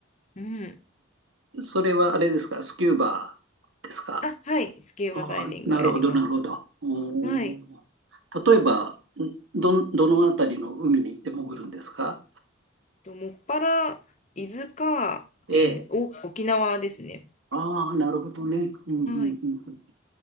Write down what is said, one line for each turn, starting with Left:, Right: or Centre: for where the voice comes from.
Left: うん。
Right: んそれはあれですか、スキューバーですか。
Left: あ、はい、スキューバダイビングをやります。
Right: ああ、なるほど、なるほど。おー
Left: はい。
Right: 例えば、んどん、どのあたりの海に行って潜るんですか
Left: と、もっぱら、伊豆か、
Right: ええ。
Left: えーお、沖縄ですね。
Right: ああ、なるほどね。うんうんうんうん
Left: はい。